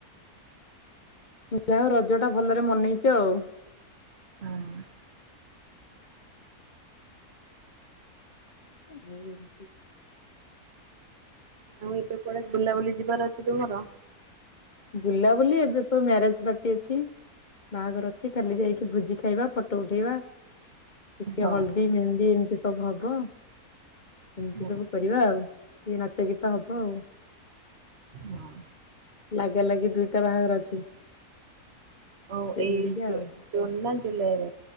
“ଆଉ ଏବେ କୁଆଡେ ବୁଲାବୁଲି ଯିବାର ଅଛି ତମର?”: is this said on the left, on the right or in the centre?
Right